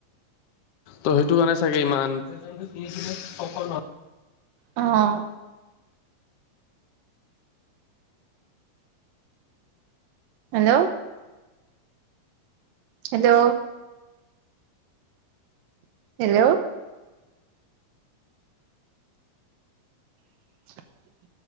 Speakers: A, on the left; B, on the right.
A: ত' সেইটো কাৰণে চাগে ইমান-
B: অঁ, অঁ। হেল্ল'। হেল্ল'। হেল্ল'। <unintelligible>